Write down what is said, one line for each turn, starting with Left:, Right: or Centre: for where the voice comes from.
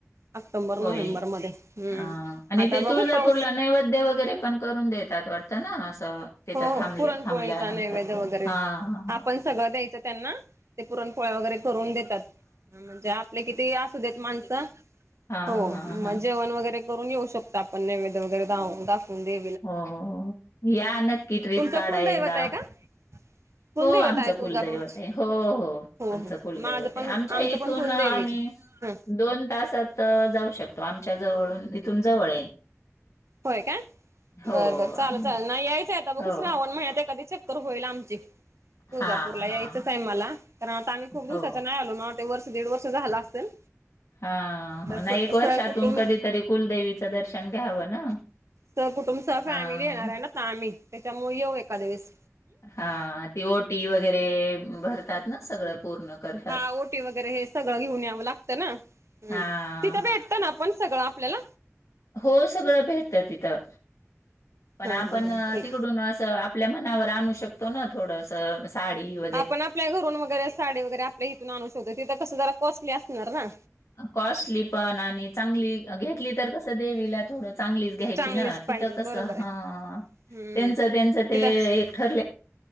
Right: ऑक्टोबर नोव्हेंबर
Left: होय
Right: मध्ये हम्म
Left: आणि
Right: आता
Left: ते
Right: बघू
Left: तुळजापूरला
Right: पाऊस
Left: नैवेद्य वगैरे पण करून देतात वाटतं ना असं तिथं
Right: हो हो
Left: थांब
Right: पुरणपोळीचा
Left: थांबल्यानंतर
Right: नैवेद्य
Left: ते
Right: वगैरे
Left: हा हा.
Right: आपण सगळं द्यायचं त्यांना ते पुरणपोळया वगैरे करून देतात म्हणजे आपले किती असू देत माणसं
Left: हां,
Right: हो
Left: हां, हां.
Right: म जेवण वगैरे करून येऊ शकता आपण नैदव्य वगैरे दाव दाखवून दे
Left: हो या नक्की ट्ररीप
Right: तुमचं
Left: काढा
Right: कुलदैवत
Left: एकदा.
Right: आहे का कुलदैवत
Left: हो आमचं
Right: आहे तुळजापूरची
Left: कुलदैवत आहे हो हो आमचं
Right: हो
Left: कुलदैवत
Right: माझं पण
Left: आहे आमच्या
Right: आमचं
Left: इथून
Right: पण कुलदैवीच
Left: आम्ही
Right: ह
Left: दोन तासात जाऊ शकतो. आमच्या जवळून इथून जवळ आहे.
Right: होय का
Left: हो
Right: बर बर चालल
Left: आम्ही
Right: चाल नाही यायचं आता
Left: हो.
Right: बघू श्रावण महिन्यात एखादी छूट तर होईल आमची तुळजापूरला
Left: हां,
Right: यायचच
Left: हां.
Right: आहे मला कारण आता आम्ही खूप दिवसाच
Left: हो.
Right: नाही आलो ना ते वर दीड वर्ष झाला असेल
Left: हा
Right: तर
Left: ना एक वर्षातून
Right: सहकुटुंब
Left: कधीतरी कुलदेवीचं दर्शन घ्यावं ना.
Right: तर कुटुंबचा फॅमिली
Left: हां.
Right: येणार आहे ना तर आम्ही त्याच्यामुळे येऊ एका दिवस.
Left: हा ती ओटी वगैरे भरतात ना सगळं पूर्ण करतात.
Right: हा ओटी वगैरे हे सगळं घेऊन यावं लागतं ना हम्म
Left: हा
Right: तिथं भेट तन आपण सगळं आपल्याला
Left: हो सगळं भेटत तिथं, पण
Right: हं
Left: आपण
Right: हं हं ठीक.
Left: तिकडून असं आप पल्या मनावर आणू शकतो ना थोडसं असं साडी व
Right: आपण आपल्या घरून वगैरे साडी वगैरे आपल्या इथून आणू शोधू तिथं कसं जरा कॉस्टली असणार ना.
Left: कॉस्टली पण आणि चांगली घेतली तर कसं देवीला थोड चांगलीच घ्यायची
Right: चांगलीच
Left: ना
Right: पाहिजे
Left: तिथं कसं
Right: बरोबर आहे
Left: हा
Right: हम्म.
Left: त्यांचा त्यांचा ते
Right: तिथं
Left: एक ठरले